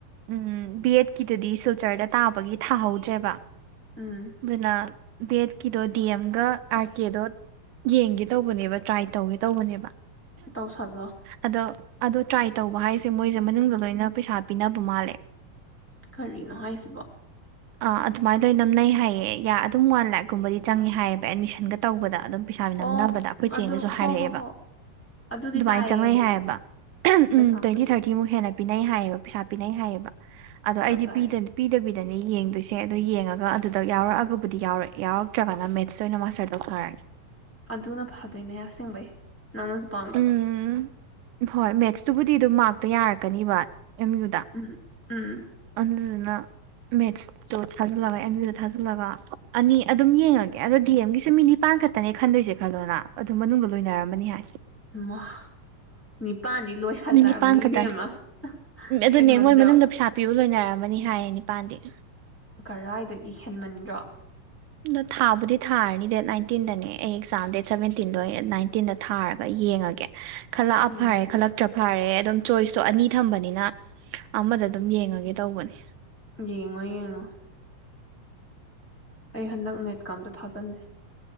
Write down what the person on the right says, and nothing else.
ꯎꯝ ꯕꯤ ꯑꯦꯗꯀꯤꯗꯨꯗꯤ ꯁꯤꯜꯆꯔꯗ ꯇꯥꯕꯒꯤ ꯊꯥꯍꯧꯗ꯭ꯔꯦꯕ
ꯅꯥ ꯕꯦꯠꯀꯤꯗꯣ ꯗꯤ ꯑꯦꯝꯒ ꯑꯥꯔ ꯀꯦꯗꯣ ꯌꯦꯡꯒꯦ ꯇꯧꯕꯅꯦꯕ ꯇ꯭ꯔꯥꯏ ꯇꯧꯒꯦ ꯇꯧꯕꯅꯦꯕ
ꯑꯗꯣ ꯑꯗꯣ ꯇ꯭ꯔꯥꯏ ꯇꯧꯕ ꯍꯥꯏꯁꯦ ꯃꯣꯏꯁꯦ ꯃꯅꯨꯡꯗ ꯂꯣꯏꯅ ꯄꯩꯁꯥ ꯄꯤꯅꯕ ꯃꯥꯜꯂꯦ
ꯑ ꯑꯗꯨꯃꯥꯏꯅꯗ ꯑꯣꯏꯅ ꯅꯝꯅꯩ ꯍꯥꯏꯌꯦ ꯌꯥ ꯑꯗꯨꯝ ꯋꯥꯟ ꯂꯥꯛꯀꯨꯝꯕꯗꯤ ꯆꯪꯉꯦ ꯍꯥꯏꯌꯦꯕ ꯑꯦꯗꯃꯤꯁꯟꯒ ꯇꯧꯕꯗ ꯑꯗꯨꯝ ꯄꯩꯁꯥ ꯃꯤ ꯅꯝꯅꯕꯗ
ꯑꯩꯈꯣꯏ
ꯆꯦꯅꯁꯨ
ꯍꯥꯏꯔꯛꯑꯦꯕ
ꯑꯗꯨꯃꯥꯏꯅ
ꯆꯪꯅꯩ
ꯍꯥꯏꯌꯦꯕ
ꯎꯝ ꯇ꯭ꯋꯦꯟꯇꯤ ꯊꯥꯔꯇꯤꯃꯨꯛ ꯍꯦꯟꯅ ꯄꯤꯅꯩ ꯍꯥꯏꯌꯦꯕ ꯄꯩꯁꯥ ꯄꯤꯅꯩ ꯍꯥꯏꯌꯦꯕ ꯑꯗꯣ
ꯑꯩꯗꯤ ꯄꯤꯗ ꯄꯤꯗꯕꯤ ꯗꯅꯦ ꯌꯦꯡꯗꯣꯏꯁꯦ ꯑꯗꯣ ꯌꯦꯡꯉꯒ ꯑꯗꯨ ꯑꯗꯥ ꯌꯥꯎꯔꯛꯑꯒꯕꯨꯗꯤ ꯌꯥꯎꯔ ꯌꯥꯎꯔꯛꯇ꯭ꯔꯒꯅ ꯃꯦꯠꯁꯇ ꯑꯣꯏꯅ ꯃꯥꯁꯇꯔ ꯇꯧꯊꯅꯔꯅꯤ
ꯎꯝ ꯍꯣꯏ ꯃꯦꯠꯁ ꯇꯕꯨ ꯑꯗꯨꯗꯤ ꯑꯗꯨꯝ ꯃꯥꯔꯛꯇꯣ ꯌꯥꯔꯛꯀꯅꯤꯕ ꯑꯦꯝ ꯌꯨꯗ
ꯑꯗꯨꯗꯨꯅ ꯃꯦꯠꯁꯇꯣ ꯊꯥꯖꯤꯜꯂꯒ ꯑꯦꯝ ꯌꯨꯗ ꯊꯥꯖꯤꯜꯂꯒ ꯑꯅꯤ ꯑꯗꯨꯝ ꯌꯦꯡꯉꯒꯦ ꯑꯗꯣ ꯗꯤ ꯑꯦꯝ ꯒꯤꯁꯨ ꯃꯤ ꯅꯤꯄꯥꯟ ꯈꯛꯇꯅꯦ ꯈꯟꯗꯣꯏꯁꯦ ꯈꯜꯂꯣꯅ ꯑꯗꯨ ꯃꯅꯨꯡꯗ ꯂꯣꯏꯅꯔꯝꯃꯅꯤ ꯍꯥꯏ
ꯃꯤ ꯅꯤꯄꯥꯟ ꯈꯛꯇꯅꯤ
ꯑꯗꯨꯅꯦ
ꯃꯣꯏ ꯃꯅꯨꯡꯗ ꯄꯩꯁꯥ ꯄꯤꯕ ꯂꯣꯏꯅꯔꯝꯃꯅꯤ ꯍꯥꯏꯌꯦ ꯅꯤꯄꯥꯜꯗꯤ
ꯑꯗꯣ ꯊꯥꯕꯨꯗꯤ ꯊꯥꯔꯅꯤ ꯗꯦꯠ ꯅꯥꯏꯟꯇꯤꯟꯗꯅꯦ ꯑꯩ ꯑꯦꯛꯖꯥꯝ ꯗꯦꯠ ꯁꯚꯦꯟꯇꯤꯟꯗꯣ ꯑꯩ ꯅꯥꯏꯟꯇꯤꯟꯗ ꯊꯥꯔꯒ ꯌꯦꯡꯉꯒꯦ ꯈꯜꯂꯛꯑ
ꯐꯥꯔꯦ ꯈꯜꯂꯛꯇ꯭ꯔ ꯐꯥꯔꯦ ꯑꯗꯨꯝ ꯆꯣꯏꯁꯇꯣ ꯑꯅꯤ ꯊꯝꯕꯅꯤꯅ ꯑꯃꯗ ꯑꯗꯨꯝ ꯌꯦꯡꯉꯒꯦ ꯇꯧꯕꯅꯤ